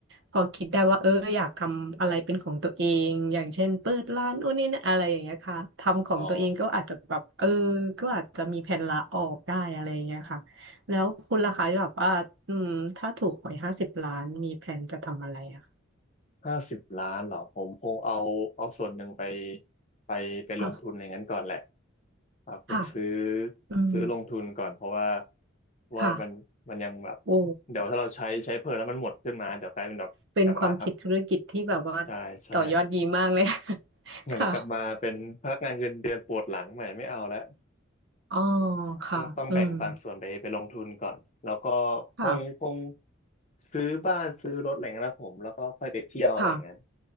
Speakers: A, on the right; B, on the left.
A: พอคิดได้ว่าเอออยากทำอะไรเป็นของตัวเองอย่างเช่นเปิดร้านนู้นนี่นะอะไรอย่างเงี้ยค่ะทำของตัวเองก็อาจจะแบบเออ
B: อ๋อ
A: ก็อาจจะมีแผนลาออกได้อะไรอย่างเงี้ยค่ะ แล้วคุณล่ะคะแบบว่าอืมถ้าถูกหวยห้าสิบล้านมีแผนจะทำอะไรอะ
B: ห้าสิบล้านเหรอผมคงเอาเอาส่วนหนึ่งไปไปไปลงทุนอย่างนั้นก่อนแหละ
A: ค่ะ
B: เอาไปซื้อ
A: ค่ะอืม
B: ซื้อลงทุนก่อนเพราะว่าเพราะว่ามันมันยังแบบ
A: ค่ะโอ้
B: เดี๋ยวถ้าเราใช้ใช้เพลินแล้วมันหมดขึ้นมาเดี๋ยวกลายเป็นแบบกลับมาท
A: เป็นความคิดธุรกิจที่แบบว่า
B: ำใช่ใช่
A: ต่อยอดดีมากเลย <laughs>
B: เนี่ยนะกลับมาเป็นพนักงานเงินเดือนปวดหลังใหม่ไม่เอาแล้ว
A: ค่ะอ๋อค่ะอืม
B: ต้องต้องแบ่งบางส่วนไปไปลงทุนก่อนแล้วก็
A: ค่ะ
B: คงคงซื้อบ้านซื้อรถอะไรเงี้ยนะผมแล้วก็ค่อยไปเที่ยวอะไรเงี้ย
A: ค่ะ